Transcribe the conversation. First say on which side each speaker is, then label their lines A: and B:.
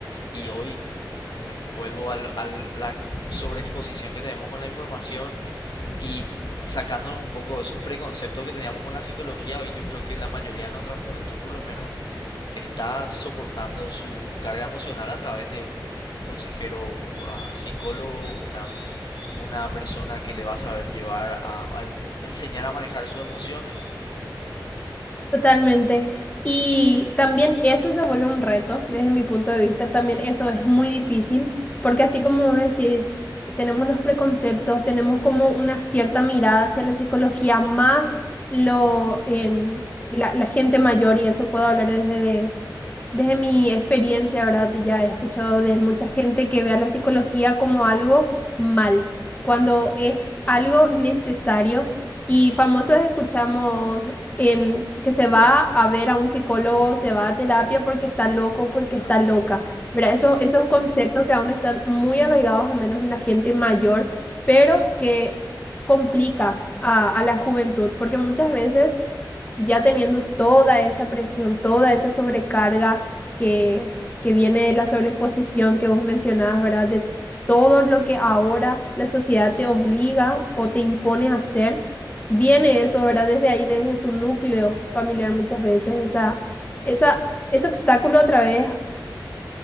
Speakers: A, on the left (about 70°); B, on the left (about 20°).
A: Y hoy vuelvo al- a la sobreexposición que tenemos con la información y sacándonos un poco de esos preconceptos que teníamos con la psicología, hoy yo creo que la mayoría de nuestra juventud por lo menos está soportando su carga emocional a través de un, un consejero ah, psicólogo, una, una persona que le va a saber llevar a, a enseñar a manejar sus emociones.
B: Totalmente. Y también eso se vuelve un reto desde mi punto de vista. También eso es muy difícil porque así como vos decís, tenemos los preconceptos, tenemos como una cierta mirada hacia la psicología, más lo en la, la gente mayor y eso puedo hablar desde de- desde mi experiencia, ¿verdad? Y Ya he escuchado de mucha gente que ve a la psicología como algo mal, cuando es algo necesario. Y famosos escuchamos en que se va a ver a un psicólogo, se va a terapia porque está loco, porque
A: Claro,
B: está loca. ¿Verdad? Esos,
A: sí,
B: esos conceptos que aún están muy arraigados, al menos en la gente mayor, pero que complica a, a la juventud, porque muchas veces ya teniendo toda esa presión, toda esa sobrecarga que, que viene de la sobreexposición que vos mencionabas, ¿verdad? De todo lo que ahora la sociedad te obliga o te impone a hacer, viene eso, ¿verdad? Desde ahí, desde tu núcleo familiar muchas veces, esa, esa, ese obstáculo otra vez